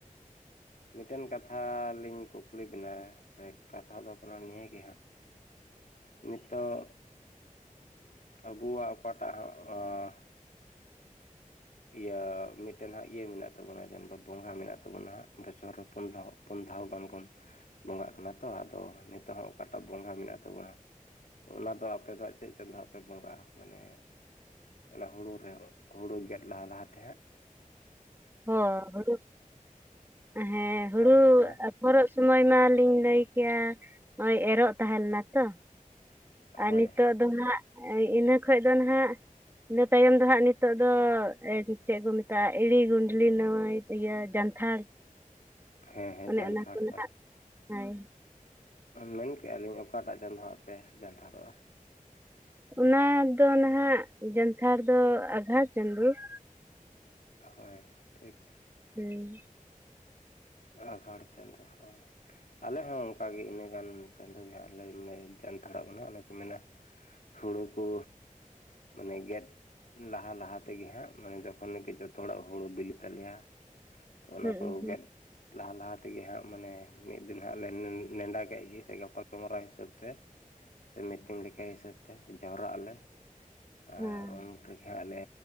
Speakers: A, on the left; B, on the right.
A: ᱢᱤᱫᱴᱮᱱ ᱠᱟᱛᱷᱟ ᱞᱤᱧ ᱠᱩᱠᱞᱤ ᱵᱤᱱᱟ ᱡᱮ, ᱠᱟᱛᱷᱟ ᱫᱚ ᱠᱟᱱᱟ ᱱᱤᱭᱟᱹ ᱜᱮ ᱦᱟᱸᱜ ᱾ ᱱᱤᱛᱚᱜ ᱟᱵᱚᱣᱟᱜ ᱚᱠᱟᱴᱟᱜ ᱦᱚᱸ ᱤᱭᱟᱹ ᱢᱤᱫᱴᱮᱱ ᱦᱟᱸᱜ ᱤᱭᱟᱹ ᱢᱮᱱᱟᱜ ᱛᱟᱵᱚᱱᱟ ᱡᱮ ᱵᱚᱸᱜᱟ ᱢᱮᱱᱟᱜ ᱛᱟᱵᱚᱱᱟ ᱦᱟᱸᱜ ᱵᱚᱪᱷᱚᱨ ᱨᱮ ᱯᱩᱱ ᱫᱷᱟᱹᱣ ᱾ ᱯᱩᱱ ᱫᱷᱟᱹᱣ ᱜᱟᱱ ᱵᱚᱱ ᱵᱚᱸᱜᱟᱜ ᱠᱟᱱᱟ ᱛᱚ, ᱟᱫᱚ ᱱᱤᱛᱚᱜ ᱦᱚᱸ ᱚᱠᱟᱴᱟᱜ ᱵᱚᱸᱜᱟ ᱢᱮᱱᱟᱜ ᱛᱟᱵᱚᱱᱟ᱾ ᱛᱚ ᱚᱱᱟ ᱫᱚ ᱟᱯᱮ ᱫᱚ ᱦᱟᱸᱜ ᱪᱮᱫ ᱪᱟᱸᱫᱚ ᱦᱟᱸᱜ ᱯᱮ ᱵᱚᱸᱜᱟᱜᱼᱟ? ᱢᱟᱱᱮ ᱚᱱᱟ ᱦᱩᱲᱩ ᱨᱮ ᱦᱩᱲᱩ ᱜᱮᱫ ᱞᱟᱦᱟ ᱞᱟᱦᱟᱛᱮ ᱦᱟᱸᱜ ᱾
B: ᱚ ᱦᱩᱲᱩ ᱦᱮᱸ ᱦᱩᱲᱩ
A: ᱦᱳᱭ ᱚᱱᱟ
B: ᱮᱨᱚᱜ ᱥᱚᱢᱚᱭ ᱢᱟᱞᱤᱧ ᱞᱟᱹᱭ ᱠᱮᱭᱟ ᱱᱚᱜᱼᱚᱭ ᱮᱨᱚᱜ ᱛᱟᱦᱮᱸ ᱞᱮᱱᱟ ᱛᱚ, ᱟᱨ
A: ᱦᱳᱭ
B: ᱱᱤᱛᱚᱜ ᱫᱚ ᱦᱟᱸᱜ ᱤᱱᱟᱹ ᱠᱷᱚᱡ ᱫᱚ ᱱᱟᱜ ᱤᱱᱟᱹ ᱛᱟᱭᱚᱢ ᱫᱚ ᱦᱟᱸᱜ ᱱᱤᱛᱚᱜ ᱫᱚ ᱪᱮᱫ ᱠᱚ ᱢᱮᱛᱟᱜᱼᱟ ᱮᱲᱤ ᱜᱩᱸᱰᱞᱤ ᱱᱟᱹᱭ ᱤᱭᱟᱹ ᱡᱟᱱᱛᱷᱟᱲ
A: ᱦᱮᱸ ᱦᱮᱸ
B: ᱚᱱᱮ
A: ᱡᱟᱱᱛᱷᱟᱲ
B: ᱚᱱᱟᱠᱚ ᱱᱟᱦᱜ
A: ᱦᱳᱭ
B: ᱦᱳᱭ ᱾
A: ᱢᱮᱱ ᱠᱮᱜᱼᱟ ᱞᱤᱧ ᱚᱠᱟᱴᱟᱜ ᱪᱟᱸᱫᱚ ᱦᱟᱸᱜ ᱯᱮ ᱡᱟᱱᱛᱷᱟᱨᱚᱜᱼᱟ?
B: ᱚᱱᱟ ᱫᱚ ᱱᱟᱦᱜ ᱡᱟᱱᱛᱷᱟᱲ ᱫᱚ ᱟᱜᱷᱟᱲ ᱪᱟᱸᱫᱩ ᱾
A: ᱦᱳᱭ, ᱴᱷᱤᱠ ᱾
B: ᱦᱩᱸ ᱾
A: ᱟᱜᱷᱟᱲ ᱪᱟᱸᱫᱚ ᱦᱳᱭ ᱾ ᱟᱞᱮ ᱦᱚᱸ ᱚᱱᱠᱟ ᱜᱮ ᱤᱱᱟᱹ ᱜᱟᱱ ᱪᱟᱸᱫᱳ ᱜᱮ ᱦᱟᱸᱜ ᱞᱮ ᱢᱟᱱᱮ ᱡᱟᱱᱛᱷᱟᱲᱚᱜ ᱠᱟᱱᱟ, ᱚᱱᱮ ᱠᱚ ᱢᱮᱱᱟ ᱾ ᱦᱩᱲᱩ ᱠᱚ ᱢᱟᱱᱮ ᱜᱮᱫ ᱞᱟᱦᱟ ᱞᱟᱦᱟ ᱛᱮᱜᱮ ᱦᱟᱸᱜ ᱢᱟᱱᱮ ᱡᱚᱠᱷᱚᱱ ᱜᱮ ᱡᱚᱛᱚ ᱦᱚᱲᱟᱜ ᱦᱩᱲᱩ ᱵᱤᱞᱤᱜ ᱛᱟᱞᱮᱭᱟ ᱾ ᱛᱚ ᱚᱱᱟ
B: ᱦᱩᱸ
A: ᱠᱚ
B: ᱦᱩᱸ ᱦᱮᱸ
A: ᱜᱮᱫ ᱞᱟᱦᱟ ᱞᱟᱦᱟ ᱛᱮᱜᱮ ᱦᱟᱸᱜ ᱢᱟᱱᱮ ᱢᱤᱫ ᱫᱤᱱ ᱦᱟᱸᱜ ᱱᱮᱰᱟ ᱠᱮᱫ ᱜᱮ ᱥᱮ ᱜᱟᱯᱟᱞ ᱢᱟᱨᱟᱣ ᱦᱤᱥᱟᱹᱵᱽ ᱛᱮ ᱥᱮ ᱢᱤᱴᱤᱝ ᱞᱮᱠᱟ ᱦᱤᱥᱟᱹᱵ ᱛᱮ ᱡᱟᱣᱨᱟᱜ ᱟᱞᱮ ᱟᱨ
B: ᱦᱩᱸ
A: ᱩᱱ ᱨᱮᱜᱮ ᱦᱟᱸᱜ ᱞᱮ